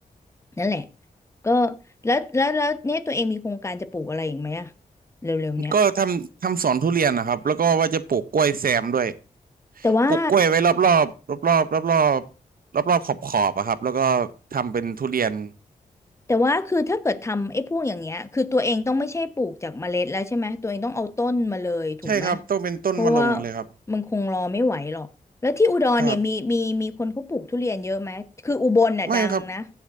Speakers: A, on the left (about 20°); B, on the right (about 70°).
A: นั่นแหละก็แล้วแล้วแล้วเนี่ยตัวเองมีโครงการจะปลูกอะไรอีกไหมอะเร็วๆเนี้ย
B: ก็ทำทำสวนทุเรียนนะครับแล้วก็ว่าจะปลูกกล้วยแซมด้วย
A: แต่ว่า
B: ปลูกกล้วยไว้รอบรอบรอบรอบรอบรอบรอบรอบขอบขอบๆอะครับแล้วก็ทำเป็นทุเรียน
A: แต่ว่าคือถ้าเกิดทำไอ้พวกอย่างเงี้ยคือตัวเองต้องไม่ใช่ปลูกจากเมล็ดแล้วใช่ไหมตัวเองต้องเอาต้นมาเลยถูกไหม
B: ใช่ครับต้องเป็นต้นมะลงเลยครับ
A: เพราะว่ามันคงรอไม่ไหวหรอกแล้วที่อุดรเนี่ยมีมีมีคนเขาปลูกทุเรียนเยอะไหมคืออุบลน่ะดังนะ
B: ครับไม่ครับ